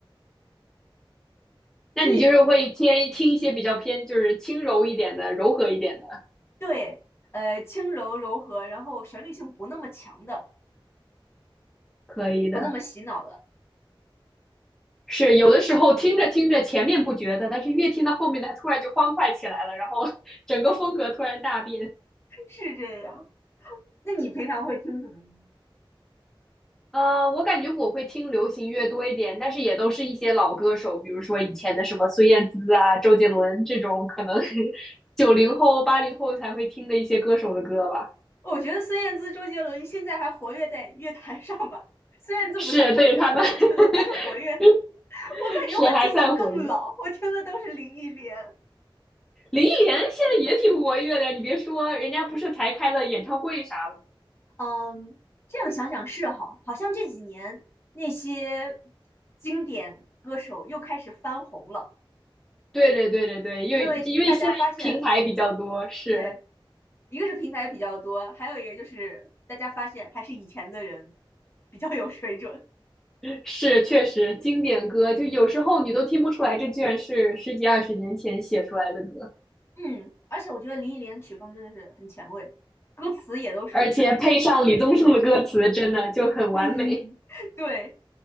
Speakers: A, in the centre; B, on the left.
A: <laughs> 那你就是会偏听一些比较偏就是轻柔一点的、
B: 所以
A: 柔和一点的，
B: 对，呃，轻柔柔和，然后旋律性不那么强的，
A: 可以的。
B: 不那么洗脑的，
A: 是有的时候听着听着前面不觉得，但是越听到后面，它突然就欢快起来了，然后 <laughs> 整个风格突然大变。
B: 是这样。那你平常会听什么音乐？<laughs>
A: 呃，我感觉我会听流行乐多一点，但是也都是一些老歌手，比如说以前的什么孙燕姿啊、周杰伦这种，可能 <laughs> 是九零后、八零后才会听的一些歌手的歌吧。
B: 我觉得孙燕姿、周杰伦现在还活跃在乐坛上吧。<laughs> 孙燕姿不太活跃了，
A: 是对着他们
B: 周杰伦还是活跃的。
A: <laughs>
B: 我感觉我听的更老，
A: <laughs> 是还算活跃
B: 我听的都是林忆莲。
A: 林忆莲现在也挺活跃的，你别说，人家不是才开了演唱会啥的吗？
B: 嗯，这样想想是哈，好像这几年那些经典歌手又开始翻红了，
A: 对对对对对，因为因为现在平台比较多，
B: 因为大家发现，
A: 是
B: 对，一个是平台比较多，还有一个就是大家发现还是以前的人比较有水准。
A: 是确实经典歌，就有时候你都听不出来，这居然是十几二十年前写出来的歌，
B: 嗯，而且我觉得林忆莲曲风真的是很前卫，歌词也都是
A: 而且配上李宗盛的歌词，
B: 很触动。
A: 真的就很完美。
B: 嗯，<laughs> 对。